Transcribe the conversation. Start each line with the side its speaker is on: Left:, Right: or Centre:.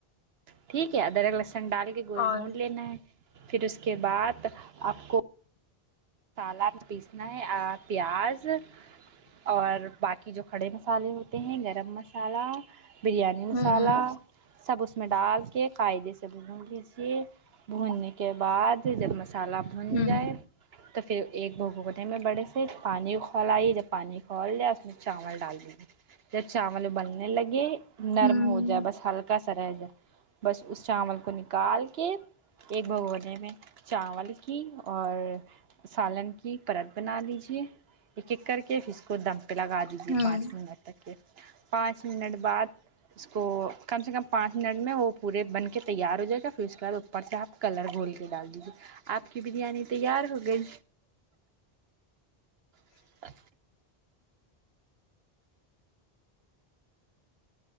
Right: ٹھیک ہے ادرک لہسن ڈال کے گوشت
Left: اور
Right: بھون لینا ہے پھر اس کے بعد آپ کو مسالہ میں پیسنا ہے آ پیاز اور باقی جو کھڑے مسالے ہوتے ہیں گرم مسالہ بریانی مسالہ
Left: ہوں ہوں
Right: سب اس میں ڈال کے قاعدے سے بھون لیجیے بھوننے کے بعد جب مسالہ بھن
Left: ہ
Right: جائے تو پھر ایک بگونے میں بڑے سے پانی کھولایے جب پانی کھول جاے اس میں چاول ڈال دیجیے جب چاول ابلنے لگے نرم
Left: ہ
Right: ہو جائے بس ہلکا سا رہ جائے بس اس چاول کو نکال کے ایک بگونے میں چاول کی اور سالن کی پرت بنا لیجے ایک ایک کر کے پھر اس کو دم پہ لگا دی دیجیے
Left: ہ
Right: پانچ منٹ تک کے پانچ منٹ بعد اس کو کم سے کم پانچ منٹ میں وہ پورے بن کے تیار ہو جائے گا پھر اس کے بعد اوپر سے آپ کلر گھول کے ڈال دیجیے آپ کی بریانی تیار ہو گئی <unintelligible> ا